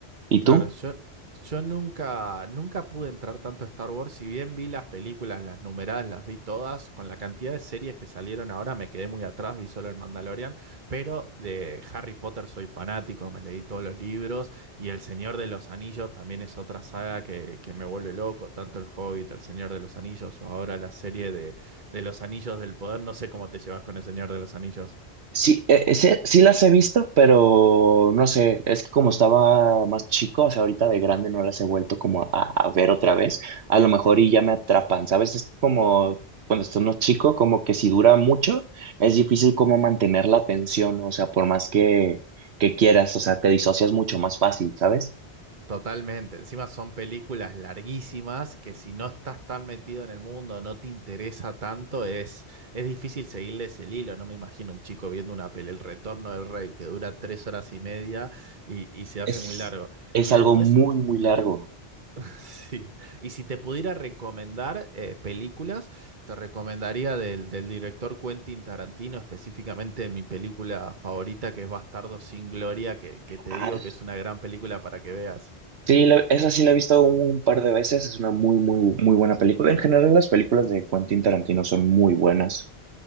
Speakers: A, on the right (about 80°); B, on the right (about 50°).
A: ¿Y
B: claro,
A: tú?
B: yo, yo nunca, nunca pude entrar tanto a Star Wars, si bien vi las películas, las numeradas, las vi todas, con la cantidad de series que salieron ahora me quedé muy atrás, vi solo el Mandalorian, pero de Harry Potter soy fanático, me leí todos los libros y El Señor de los Anillos también es otra saga que, que me vuelve loco, tanto El Hobbit, El Señor de los Anillos o ahora la serie de, de Los Anillos del Poder, no sé cómo te llevas con El Señor de los Anillos.
A: Sí, eh, sí, sí las he visto, pero no sé, es que como estaba más chico, o sea, ahorita de grande no las he vuelto como a, a ver otra vez, a lo mejor y ya me atrapan, ¿sabes? Es como cuando estás más chico, como que si dura mucho, es difícil como mantener la atención, o sea, por más que, que quieras, o sea, te disocias mucho más fácil, ¿sabes?
B: Totalmente. Encima son películas larguísimas que si no estás tan metido en el mundo, no te interesa tanto, es, es difícil seguirles el hilo. No me imagino un chico viendo una peli, El Retorno del Rey, que dura tres horas y media y, y se hace
A: Es,
B: muy largo.
A: es
B: Y
A: algo
B: después,
A: muy, muy largo.
B: <laughs> sí. Y si te pudiera recomendar eh, películas, te recomendaría del, del director Quentin Tarantino, específicamente mi película favorita, que es Bastardo sin Gloria, que, que te
A: Ah,
B: digo que es una gran película para que veas.
A: Sí, la- esa sí la he visto un par de veces, es una muy, muy, muy buena película. En general, las películas de Quentin Tarantino son muy buenas,